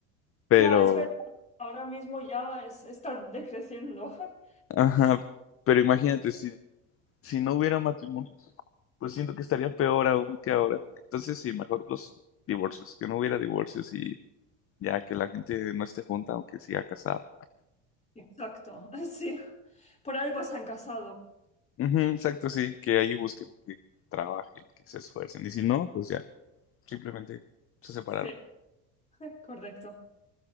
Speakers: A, on the left; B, on the left.
A: pero,
B: Ya, es verdad, ahora mismo ya es, está decreciendo. <laughs>
A: ajá, pero imagínate, si, si no hubiera matrimonios, pues siento que estaría peor aún que ahora. Entonces sí, mejor los divorcios, que no hubiera divorcios y ya que la gente no esté junta, aunque siga casada.
B: Exacto, sí. Por algo se han casado.
A: Ujú, exacto, sí, que ahí busquen, que trabajen, que se esfuercen. Y si no, pues ya. simplemente se separaron.
B: Sí, <laughs> correcto.